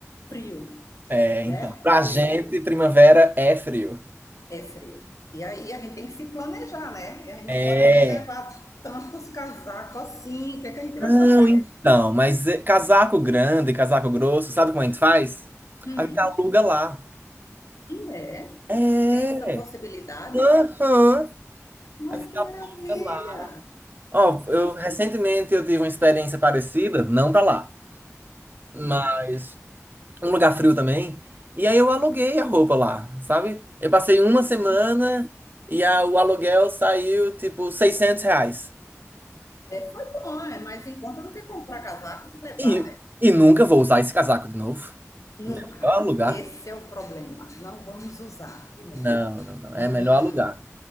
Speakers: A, on the left (about 80°); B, on the right (about 40°).
A: Frio,
B: É, então.
A: né?
B: Pra
A: Frio,
B: gente, primavera é frio.
A: é frio. E aí a gente tem que se planejar, né? E a gente
B: É.
A: não pode nem levar tantos casacos assim. O que é que a gente
B: Não,
A: vai fazer?
B: então, mas é, casaco grande, casaco grosso, sabe como a gente faz?
A: Hum,
B: A gente aluga lá.
A: e é,
B: É.
A: tem essa possibilidade?
B: Aham.
A: Mas
B: A gente
A: que
B: aluga
A: maravilha!
B: lá. Ó, eu recentemente eu tive uma experiência parecida, não pra lá. Mas
A: Enfim,
B: um lugar frio também. E aí eu aluguei a roupa lá, sabe? Eu passei uma semana e a- o aluguel saiu tipo 600 reais.
A: é, foi bom, é mais em conta do que comprar casaco e levar,
B: E,
A: né?
B: e nunca vou usar esse casaco de novo.
A: Nunca.
B: Então é melhor alugar.
A: Esse é o problema. Não vamos usar de novo.
B: Não, não, não.
A: Hum,
B: É melhor alugar.